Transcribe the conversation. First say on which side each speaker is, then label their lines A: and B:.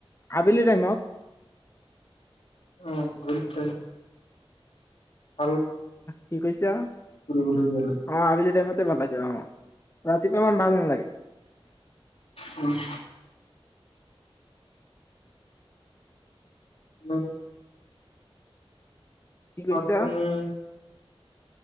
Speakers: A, on the left (about 25°); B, on the left (about 90°).
A: আবেলি টাইমত
B: আহ উ্চ <unintelligible>
A: কি কৈছা
B: ফুৰিবলৈ গ'লে।
A: অ আবেলি টাইমতে ভাল লাগে অ ৰাতিপুৱা ইমান ভাল নাই,
B: উ <inaudible> ন <unintelligible>
A: কি
B: সপ্তানি
A: কৈছা